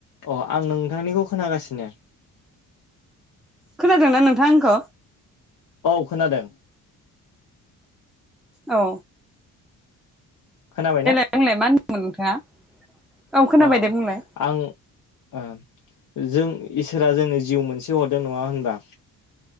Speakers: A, on the left; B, in the centre.
A: अ आं नोंथांनिखौ खोनागासिनो।
B: खोनादों ना नोंथां आंखौ?
A: औ खोनादों
B: औ
A: खोनाबाय ना?
B: नोंलाय मा होनदोंमोन नोंथाङा? औ खोनाबाय
A: अ
B: दे बुंलाय
A: आं ओ जों इसोरा जोंनो जिउ मोनसे हरदों नङा होनबा!